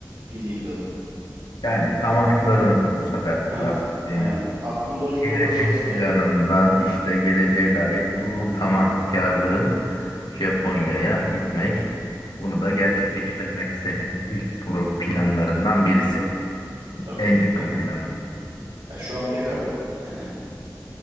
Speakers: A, on the right (about 80°); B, on the left (about 85°).
A: Gideyim dedim.
B: Yani taahhütlerin bu sefer
A: Ha
B: bahsettiğimiz
A: yani aklımda ilk
B: gelecek
A: olan şey aslında
B: planında
A: e
B: işte geleceğe dair bu, bu tamahkarlığın Japonya'ya
A: hı hı,
B: gitmek bunu da gerçekleştirmek
A: hı hı.
B: senin ilk pro planlarından birisi.
A: Tabii
B: En yakın
A: ya,
B: planın.
A: ya şu an bekarım. Hani